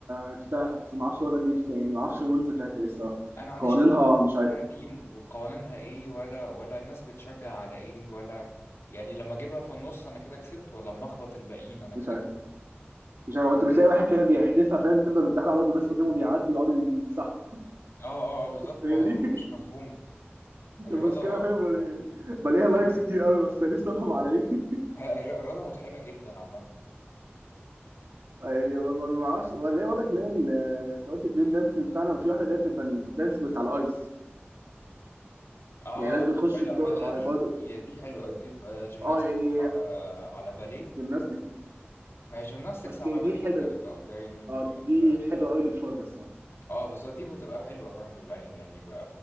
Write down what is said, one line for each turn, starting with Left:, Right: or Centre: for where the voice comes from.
Right: عرفتها بس ما اعرفش وضع دي تاني ما اعرفش الرولز بتاعتها ايه الصراحه
Left: أنا ما عنديش
Right: قوانينها
Left: أي
Right: مش عارف
Left: بتاع دي وقوانينها ايه ولا ولا الناس بتشجع على ايه ولا يعني لما اجيبها في النص انا كده كسبت ولا لما اخبط الباقيين انا
Right: مش
Left: كده
Right: عارف
Left: كسبت.
Right: مش عارف انت بتلاقي واحد كده بيحدفها فاهم تفضل بتزحلق على الارض والناس قدامه بيعدوا يقعدوا يمسحوا
Left: اه اه آه، بالظبط الموضوع
Right: <laughs> هي دي
Left: مش مفهوم
Right: <laughs>
Left: الرياضة
Right: المشكله فاهم يعني بلاقيها لايكس كتير قوي بس انا لسه فاهم على ايه <laughs>
Left: ه- الر- الرياضة مضحكة جدا عامة
Right: يعني ما ما- ما اعرفش ولا هي وضعك اللي هي ال- انت قلت البريك دانسينج فعلا وفي واحده اللي هي بتبقى الدانسينج بس على الايس
Left: اه
Right: يعني ناس بتخش
Left: لا
Right: بتو...
Left: ما
Right: اه
Left: لا دي
Right: برضه
Left: دي دي حلوة أوي دي تبقى جيمناستكس
Right: اه يعني
Left: على على باليه
Right: جيمناستيك
Left: ما هي جيمناستكس
Right: بس
Left: على
Right: دي
Left: باليه
Right: حلوه
Left: ده لا لا يعني بيبقى
Right: اه دي
Left: ال...
Right: حلوه قوي للفرجه الصراحه
Left: اه بس دي بتبقى حلوة فعلا للعين يعني يبقى